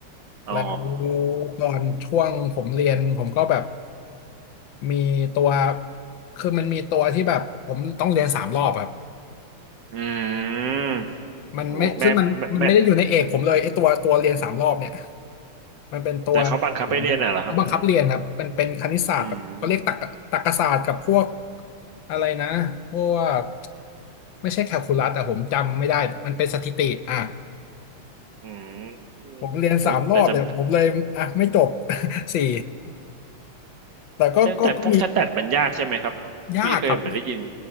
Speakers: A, on the right; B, on the left.
A: อ๋อ
B: แล้วตอนช่วงผมเรียนผมก็แบบมีตัวคือมันมีตัวที่แบบผมต้องเรียนสามรอบอะครับ
A: อืม
B: มันไม่ซึ่งมันมันไม่ได้อยู่ในเอกผมเลยไอ้ตัวตัวเรียนสามรอบเนี่ย
A: โอ้โหแม่แม่แม่
B: มันเป็นตัวของเข
A: แต่เขาบังคับให้เรียนน่ะเหรอครับ
B: าบังคับเรียนครับเป็นเป็นคณิตศาสตร์แบบเขาเรียกตรรกตรรกศาสตร์กับพวก
A: อืม
B: อะไรนะพวกไม่ใช่แคลคูลัสแต่ผมจำไม่ได้มันเป็นสถิติอ่ะ
A: อืม
B: ผมเรียนสามรอบเนี่ยผมเลยอ่ะไม่จบ
A: โอ้แต่จำ <laughs>
B: <laughs> สี่แต่ก็ก็ก็มี
A: ใช่แต่พวกสแตทมันยากใช่ไหมครับพี่เคยเหมือนได้ยิน
B: ยากครับ